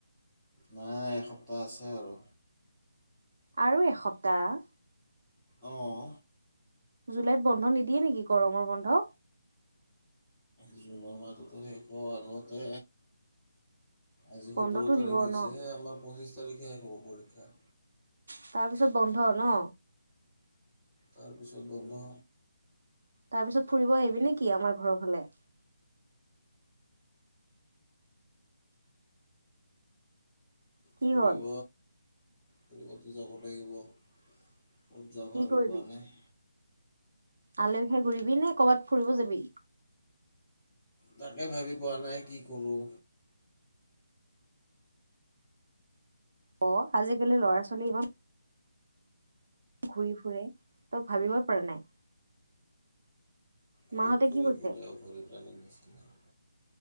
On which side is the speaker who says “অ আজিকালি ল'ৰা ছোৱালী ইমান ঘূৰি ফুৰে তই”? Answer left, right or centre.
Right